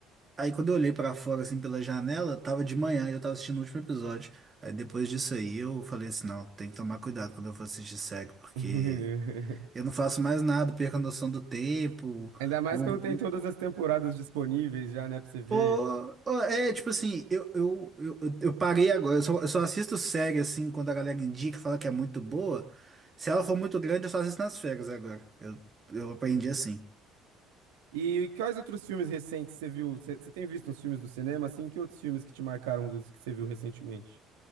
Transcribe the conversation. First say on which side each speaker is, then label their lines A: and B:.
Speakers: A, on the right; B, on the right.
A: Aí, quando eu olhei pra fora, assim, pela janela, tava de manhã e eu tava assistindo o último episódio. Aí, depois disso aí, eu falei assim: não, tem que tomar cuidado quando eu for assistir série, porque
B: <laughs>
A: eu não faço mais nada, perco a noção do tempo.
B: Ainda mais
A: vou
B: quando tem todas as temporadas disponíveis já, né, pra você ver.
A: Pô, ó, é, tipo assim, eu, eu, eu, eu eu parei agora. Eu só, eu só assisto série, assim, quando a galera indica, fala que é muito boa. Se ela for muito grande, eu só assisto nas férias agora. Eu, eu aprendi assim.
B: E quais outros filmes recentes você viu? Você você tem visto uns filmes do cinema, assim? Que outros filmes que te marcaram dos que você viu recentemente?